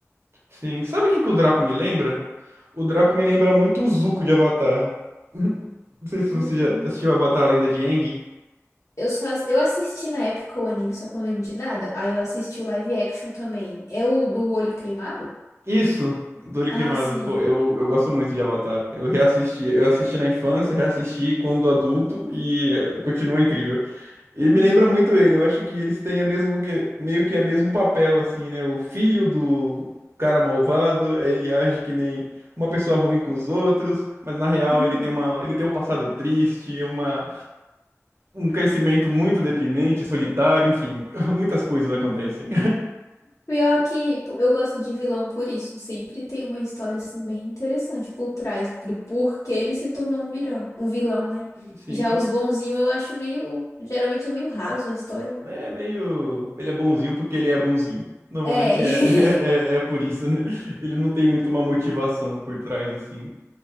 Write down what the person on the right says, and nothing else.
Sim. Sabe quem que o Draco me lembra? O Draco me lembra muito o Zuko de Avatar. <laughs> Não sei se
você já assistiu Avatar, a Lenda de Aang.
Isso, do Olho
Pô, eu, eu gosto muito de Avatar. Eu reassisti, eu assisti na infância, reassisti quando adulto e eh, continua incrível. E me
lembra muito ele. Eu acho que eles têm a mesmo, que- meio que o mesmo papel, assim, né? O filho do cara malvado, ele age que nem uma pessoa ruim com os outros, mas na real
ele tem uma, ele tem um passado triste, uma, um crescimento muito deprimente, solitário, enfim, <laughs> muitas coisas acontecem.
<laughs> Sim,
É meio. Ele é bonzinho porque ele é bonzinho. Normalmente
é, <laughs> é, é por isso, né? Ele não tem muito uma motivação por trás, assim.